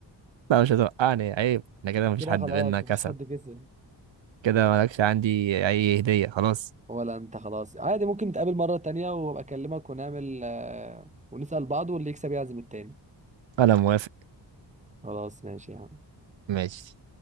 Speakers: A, on the right; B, on the right.
A: لا مش هتوقعني عيب احنا كده مفيش
B: كده
A: حد
B: خلاص
A: بينا كسب
B: مفيش حد كسب
A: كده مالكش عندي أي هدية خلاص
B: ولا انت خلاص عادي ممكن نتقابل مرة تانية وابقى اكلمك ونعمل آه، ونسأل بعض واللي يكسب يعزم التاني
A: أنا موافق
B: خلاص ماشي يا عم
A: ماشي